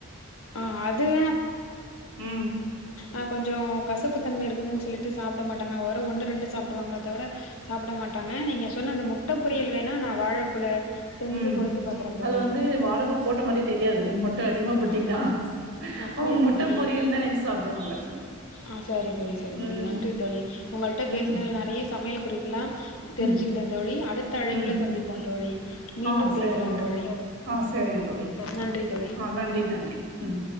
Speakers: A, on the left; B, on the right.
A: ஆ அதுவே
B: ம்
A: ஆ கொஞ்சோ கசப்பு தன்ம இருக்குதுன்னு சொல்லிட்டு சாப்பிட மாட்டாங்க. ஒரு ஒன்னு ரெண்டு சாப்டுவாங்களே தவிர சாப்பட மாட்டாங்க நீங்க சொன்ன அந்த மு ட்ட பொரியல் வேண்ணா நா வாழப்பூல செஞ்சு
B: ம்
A: கொடுத்து பாக்குறே தோழி.
B: அது வந்து வாழப்பூ போட்ட மாரியே தெரியாது நீங்க மொட்ட அதிகமா போட்டீங்கன்னா
A: ம் ம் அப்டியா
B: அவங்க மொட்ட
A: தோழி
B: பொரியல் தா நெனச்சு சாப்டுவாங்க
A: ஆ சேரி தோழி செரி
B: ம்
A: தோழி நன்றி தோழி உங்கள்ட்ட பேசுனதுல
B: ம்
A: நெறைய சமையல் குறிப்பு எல்லா தெரிஞ்சுக்கிட்டே
B: ம்
A: தோழி அ டுத்த அழைப்புல
B: ம்
A: சந்திப்போ தோழி மீண்டும்
B: ஆ
A: பேசலா
B: சரிங்க
A: தோழி
B: ஆ சரிங்க தோழி
A: நன்றி தோழி.
B: ஆ நன்றி நன்றி ம்